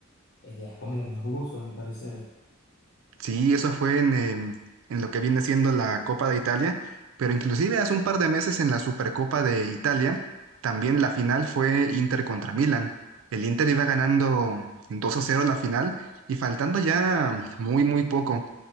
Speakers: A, on the left; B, on the right.
A: eh, ya es como un abuso, a mi parecer.
B: Sí, eso fue en, em, en lo que viene siendo la Copa de Italia, pero inclusive hace un par de meses en la Supercopa de Italia, también la final fue Inter contra Milan. El Inter iba ganando 2 a cero la final y faltando ya muy, muy poco.